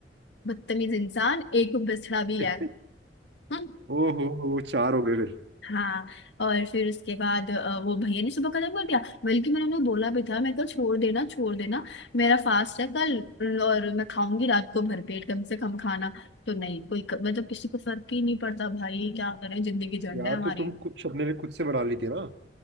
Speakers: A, on the left; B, on the right.
A: बदतमीज इंसान एक बछड़ा भी
B: <laughs>
A: है हम्म।
B: ओहो हो चार हो गए फिर
A: हाँ और फिर उसके बाद अ, वो भैया ने सुबह खत्म कर दिया बल्कि मैंने उन्हें बोला भी था मैं कल छोड़ देना छोड़ देना मेरा फास्ट है कल और मैं खाऊंगी रात को भरपेट कम से कम खाना तो नहीं कोई मतलब किसी को फर्क ही नहीं पड़ता भाई क्या करें जिंदगी झंड
B: यार
A: है हमारी
B: तो तुम कुछ अपने लिए खुद से बना ली थी ना